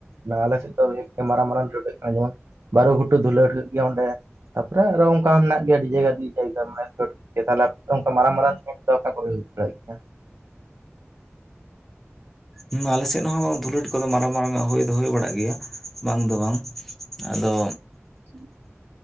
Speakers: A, on the right; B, in the centre.
A: ᱟᱞᱮ ᱥᱮᱫ ᱫᱚ ᱦᱩᱭᱩᱜ ᱜᱮᱭᱟ ᱢᱟᱨᱟᱝ ᱢᱟᱨᱟᱝ ᱫᱷᱩᱞᱟᱹ ᱡᱮᱢᱚᱱ ᱵᱟᱨᱩ ᱜᱷᱩᱴᱩ ᱫᱷᱩᱞᱟᱹᱴ ᱦᱩᱭᱩᱜ ᱜᱮᱭᱟ ᱚᱸᱰᱮ᱾ ᱛᱟᱯᱚᱨᱮ ᱟᱨᱚ ᱚᱝᱠᱟ ᱢᱮᱱᱟᱜ ᱜᱮᱭᱟ ᱟᱹᱰᱤ ᱡᱟᱭᱜᱟ ᱟᱹᱰᱤ ᱡᱟᱭᱜᱟ ᱢᱟᱱᱮ ᱛᱟᱦᱞᱮ ᱟᱯᱮ ᱫᱚ ᱚᱝᱠᱟ ᱢᱟᱨᱟᱝ ᱢᱟᱨᱟᱝ ᱫᱚ ᱚᱠᱟ ᱠᱚᱨᱮ ᱦᱩᱭ ᱵᱟᱲᱟᱭᱟ ᱜᱮᱭᱟ?
B: ᱦᱮᱸ ᱟᱞᱮ ᱥᱮᱫ ᱦᱚᱸ ᱫᱷᱩᱞᱟᱹᱴ ᱠᱚ ᱫᱚ ᱢᱟᱨᱟᱝ ᱢᱟᱨᱟᱝ ᱦᱳᱭ ᱫᱚ ᱦᱳᱭ ᱵᱟᱲᱟᱜ ᱜᱮᱭᱟ ᱵᱟᱝ ᱫᱚ ᱵᱟᱝ᱾ ᱟᱫᱚ
A: <inaudible>